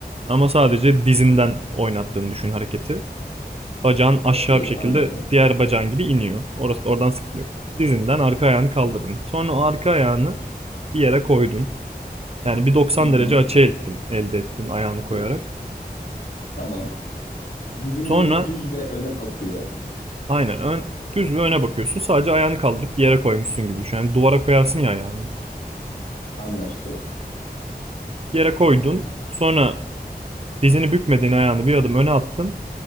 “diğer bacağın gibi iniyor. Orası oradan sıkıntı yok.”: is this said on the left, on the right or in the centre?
Right